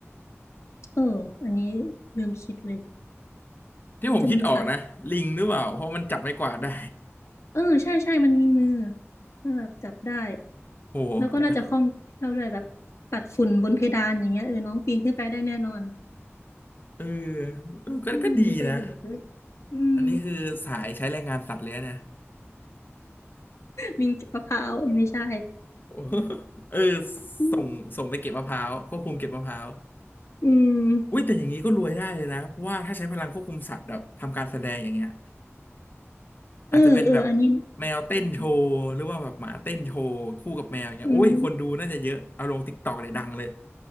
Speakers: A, on the left; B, on the left.
A: เอออันนี้ลืมคิดเลย
B: ที่ผมคิดออกนะลิงหรือเปล่าเพราะมันจับไม้กวาดได้
A: จะมีสัตว์เออใช่ใช่มันมีมือแล้วแบบจับได้
B: <laughs> โหแต่ก็
A: แล้วก็น่าจะคล่องแคล่วด้วยแบบปัดฝุ่นบนเพดานอย่างเงี้ยเออน้องปีนขึ้นไปได้แน่นอน
B: เออเออก็ก็ดีนะ
A: อืมมีประโยชน์ด้วยอืม
B: อันนี้คือสายใช้แรงงานสัตว์เลยนะ <laughs> เนี่ย
A: ลิงก็บมะพร้าวเอ้ยไม่ใช่
B: โอ้เออ
A: อืม
B: ส่งส่งไปเก็บมะพร้าวควบคุมเก็บมะพร้าว
A: อืม
B: อุ้ยแต่อย่างนี้ก็รวยได้เลยนะเพราะว่าถ้าใช้พลังควบคุมสัตว์แบบทำการแสดงอย่างเงี้ย อาจจะเป็นแบบ
A: เออเอออันนี้
B: แมวเต้นโชว์หรือว่าแบบหมาเต้นโชว์คู่กับแมวอย่างเงี้ยโอ้ยคนดูน่าจะเยอะเอาลงติ๊กตอกเลยดังเลย
A: อืม